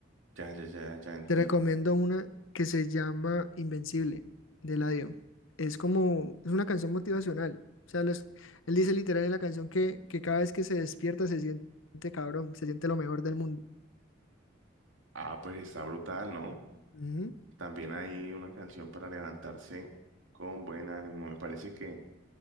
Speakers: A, on the right; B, on the left.
A: Ya, ya, ya, ya entiendo.
B: Te recomiendo una que se llama Invencible, de Eladio. Es como, es una canción motivacional. O sea, los- él dice literal en la canción que, que cada vez que se despierta se siente cabrón, se siente lo mejor del mundo.
A: Ah, pues está brutal, ¿no?
B: Ujú,
A: También hay una canción para levantarse con buen ánimo. Me parece que,